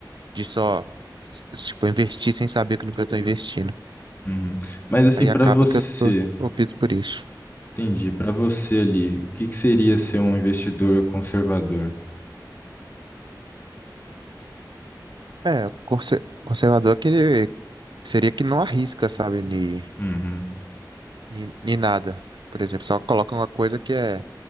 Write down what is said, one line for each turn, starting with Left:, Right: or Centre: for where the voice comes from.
Right: de só, tipo, investir sem saber o que eu estou investindo.
Left: uhum. Mas assim,
Right: Aí
Left: para
Right: acaba
Left: você,
Right: que eu tô, opto por isso.
Left: entendi, para você ali, o que que seria ser um investidor conservador?
Right: É, o conser- conservador é aquele que ele- seria que não arrisca, sabe, ni,
Left: Uhum,
Right: ni, ni nada. Por exemplo, só coloca uma coisa que é,